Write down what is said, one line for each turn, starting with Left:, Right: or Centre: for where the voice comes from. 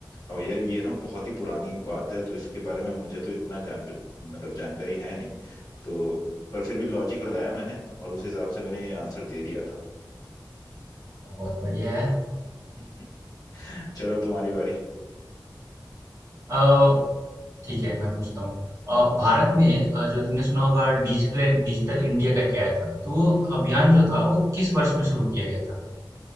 Left: और यार ये ना बहुत ही पुरानी बात है तो इसके बारे में मुझे तो इतना जान मतलब जानकारी है नहीं तो पर फिर भी लॉजिक लगाया मैंने और उस हिसाब से मैंने ये आंसर दे दिया था
Right: बहुत बढ़िया यार
Left: <laughs> चलो तुम्हारी बारी
Right: <laughs> अ, ठीक है मैं पूछता हूँ अ, भारत में अ, जो तुमने सुना होगा डिजिटल डिजिटल इंडिया करके आया था तो वो अभियान जो था वो किस वर्ष में शुरू किया गया था